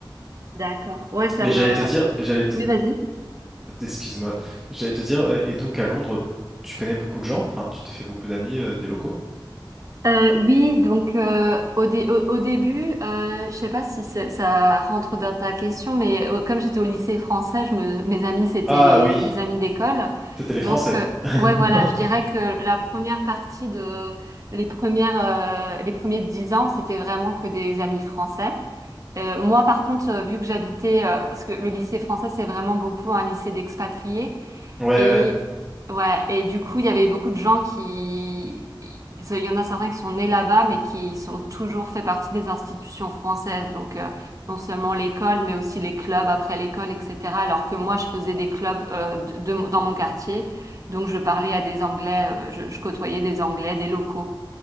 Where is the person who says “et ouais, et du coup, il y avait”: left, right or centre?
Right